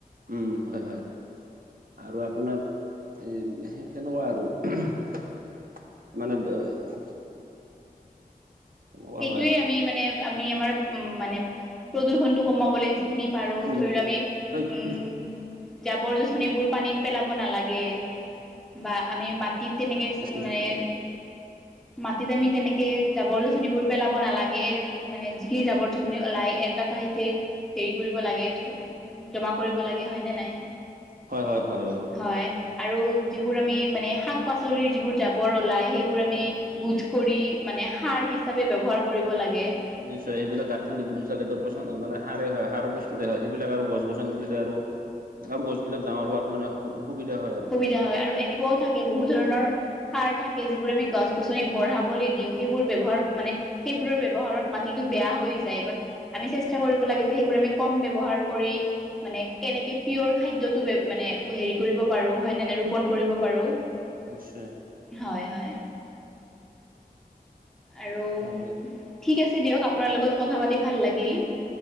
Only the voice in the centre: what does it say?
সেইটোয়ে
আমি মানে আমি আমাৰ উম মানে প্ৰদূষণতটো কমাবলৈ- যিখিনি পাৰো
ধৰি লো আমি
উম-
জাবৰ যোথনিবোৰ পানীত পেলাব নালাগে বা আমি মাত- টিত তেনেকে
মানে
মাটিত আমি তেনেকে জাবৰ যোচনীবোৰ, পেলাব নালাগে এ মানে যিখিনি জাবৰ যিখিনি ওলাই এটা ঠাইতে হেৰি কৰিব লাগে জমা কৰিব লাগে হয়নে নাই,
হয়, আৰু যিবোৰ আমি মানে শাক-পাচলিৰ যিবোৰ জাবৰ ওলায় সেইবোৰ আমি- বোধ কৰি মানে সাৰ হিচাপে ব্যৱহাৰ কৰিব লাগে।
দিয়া হয় আৰু এনেকে, ও থাকে বহুত ধৰণৰ, সাৰ থাকে যিবোৰ আমি গছ-গছনি বঢ়াবলৈ দিওঁ, সেইবোৰ ব্যৱহাৰ মানে সেইবোৰৰ ব্যৱহাৰত মাটিতো বেয়া হৈ যায়, বাত আমি চেষ্টা কৰিব লাগে যে সেইবোৰ আমি কম ব্যৱহাৰ কৰি, মানে কেনেকে পিয়ৰ খাদ্য- মানে হেৰি কৰিব পাৰো হয়নে নাই, ৰোপন কৰিব পাৰো।
হয় হয়, আৰু
ঠিক আছে দিয়ক, আপোনাৰ লগত কথা পাতি ভাল লাগিল।